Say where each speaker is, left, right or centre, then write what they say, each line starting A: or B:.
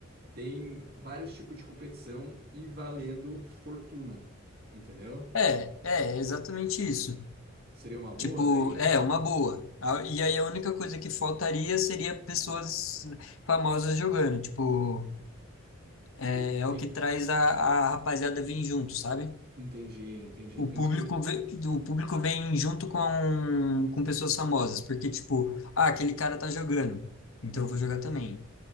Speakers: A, on the right; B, on the left.
A: tem vários tipos de competição e valendo fortuna, entendeu?
B: É, é exatamente isso.
A: Seria uma boa
B: Tipo,
A: daí?
B: é uma boa. A- E aí a única coisa que faltaria seria pessoas famosas jogando. Tipo, é,
A: Tem-
B: é
A: tem-
B: o que traz a, a rapaziada vir junto, sabe?
A: Entendi, entendi.
B: O
A: Tem
B: público,
A: que
B: ve- o público vem junto com, com pessoas famosas, porque, tipo, ah, aquele cara tá jogando, então
A: Hum,
B: eu vou jogar também.